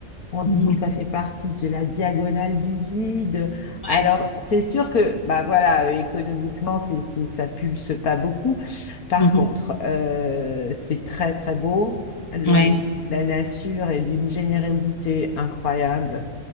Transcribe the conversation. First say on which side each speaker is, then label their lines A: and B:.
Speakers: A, on the left (about 85°); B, on the left (about 25°).
A: on dit
B: Mhm.
A: que ça fait partie de la diagonale du vide. Alors,
B: Ouais.
A: c'est sûr que, bah voilà, euh, économiquement, c'est, c'est, ça pulse pas beaucoup. Par
B: Mhm.
A: contre, euh, c'est très très beau. Le-
B: Ouais.
A: la nature est d'une générosité incroyable,